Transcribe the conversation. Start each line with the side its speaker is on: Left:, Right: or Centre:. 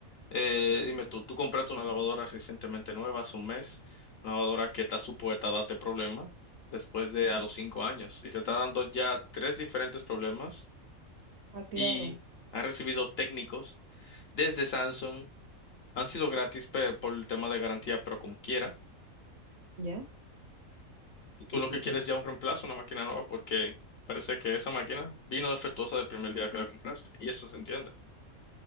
Left: eh, dime tú, tú compraste una lavadora recientemente nueva, hace un mes, una lavadora que está supuesta a darte problemas después de a los cinco años, y te está dando ya tres diferentes problemas,
Right: ah, claro,
Left: y ha recibido técnicos desde Samsung, han sido gratis pe- por el tema de garantía, pero como quiera,
Right: ya.
Left: tú lo que quieres es ya un reemplazo, una máquina nueva, porque parece que esa máquina vino defectuosa del primer día que la compraste, y eso se entiende.